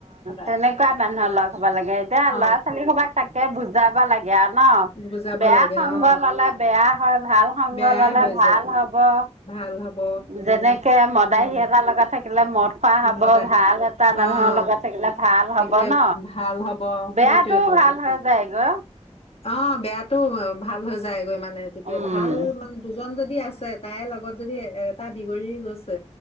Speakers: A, on the left (about 55°); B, on the right (about 75°).
A: সদায়
B: তেনেকুৱা মানুহৰ লগ হ'ব লাগে এতিয়া
A: অ
B: ল'ৰা ছোৱালী সবাক তাকে বুজাবা লাগে আৱ ন
A: বুজাব
B: বেয়া
A: লাগে
B: সংগ
A: অ
B: ললে বেয়া হয় ভাল সংগ
A: বেয়াই
B: ললে
A: হৈ
B: ভাল
A: যায়
B: হ'ব হ'ব
A: ভাল হব
B: যেনেকে মদাহি
A: উম
B: এটা লগত থাকি থাকিলে মদ খোৱা হ'ব
A: মদায়
B: ভাল এটা
A: অ
B: মানুহৰ লগত থাকিলে ভাল হ'ব
A: থাকিলে
B: ন,
A: ভাল হ'ব
B: বেয়াটো
A: সেইটোৱে তুন
B: ভাল হৈ যায়গৈ,
A: অ বেয়া টো ভাল হৈ যায়গৈ মানে মানে তেতিয়া
B: উম।
A: ভাল মানে দুজন যদি আছে তাইৰ লগত যদি এ টা বিগৰি গৈছে